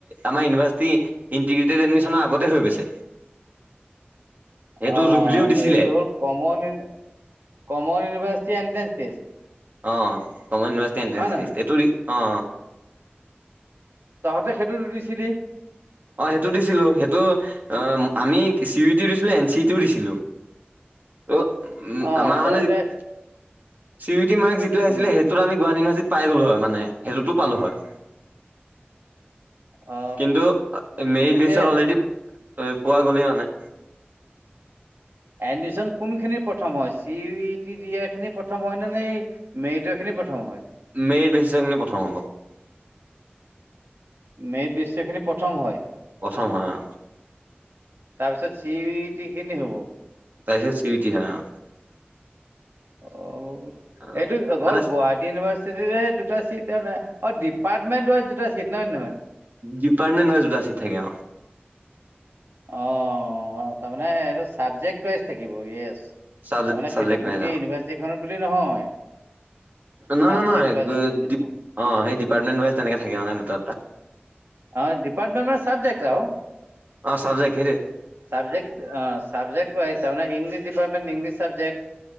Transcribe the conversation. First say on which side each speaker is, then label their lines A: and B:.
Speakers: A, on the right; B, on the right.
A: আমাৰ ইউনিভাৰ্চিটি ইণ্টিগ্ৰেটেড এডমিশনৰ আগতে হৈ গৈছে। সেইটো
B: অ',
A: জুবলিও দিছিলে।
B: এইটো হ'ল common common university entrance test
A: অ'কমন ইউনিভাৰ্চিটি এণ্ট্ৰেন্স
B: হয় নহয়?
A: টেষ্ট এইটো অ।
B: তহঁতে সেইটোটো দিছিলি।
A: অ' সেইটো দিছিলোঁ সেইটো অ আমি চি উ ই টি দিছিলোঁ এন চি উ টিও দিছিলোঁ। ত' উম
B: অ',
A: আমাৰ
B: তহঁতে
A: মানে C U E T mark যিটো আহিছিলে
B: উম,
A: সেই তো আমি গুৱাহাটী ইউনিভাৰ্চিটি পাই গ'লো হয় মানে সেইটোতো পালোঁ হয়।
B: অ।
A: কিন্তু মেৰিট
B: এতিয়া
A: বিচত অলৰেডি পোৱা গ'লেই মানে।
B: এডমিছন কোনখিনি প্ৰথম হয় চি উ ই টি দিয়া খিনি প্ৰথম হয়নে সেই। মেৰিটৰ খিনি প্ৰথম হয়।
A: মেৰিট বেচিছৰ খিনি প্ৰথম হ'ব।
B: মেৰিট বেচিছৰ খিনি প্ৰথম হয়।
A: প্ৰথম হয়।
B: তাৰপিছত চি উ ই টি খিনি হ'ব।
A: তাৰপিছত চি উ ই টি হয় অ।
B: অ
A: অ
B: এইটো অকল
A: মানে
B: গুৱাহাট ইউনিভাৰ্চিটিৰে দুটা চিট <unintelligible> ডিপাৰ্টমেণ্ট ৱাইজ দুটা চিট <unintelligible> নহয়।
A: ডিপাৰ্টমেণ্ট ৱাইছ দুটা ছিট থাকে অ।
B: অ তাৰমানে এইটো চাবজেক্ট ৱাইচ থাকিব য়েচ। তাৰমানে
A: চাব চাবজেক্ট
B: সেইটো গোটেই
A: ৱাইজ অ
B: ইউনিভাৰ্চিটিখনত বুলি নহয়।
A: নহয়
B: চাবজেক্ট
A: ন-নহয়
B: ৱাইজত
A: <unintelligible>
B: থাকিব।
A: অ সেই ডিপাৰ্টমেণ্ট ৱাইজ তেনেকে থাকে মানে দুটা দুটা।
B: অ ডিপাৰ্টমেণ্ট ৱাইচ চাবজেক্ট আৰু।
A: অ চাবজেক্ট সেইটোৱে।
B: চাবজেক্ট অ চাবজেক্ট ৱাইচ তাৰমানে ইংলিছ ডিপাৰ্টমেণ্ট ইংলিছ চাবজেক্ট।